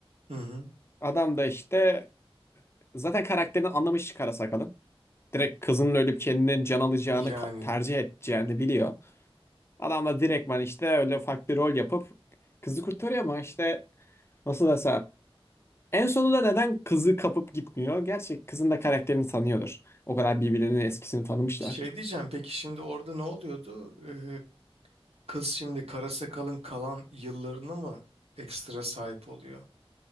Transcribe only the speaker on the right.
Hı hı.
Yani
şey diyeceğim peki şimdi orada ne oluyordu? Ee, kız şimdi kara sakalın kalan yıllarını mı ekstra sahip oluyor?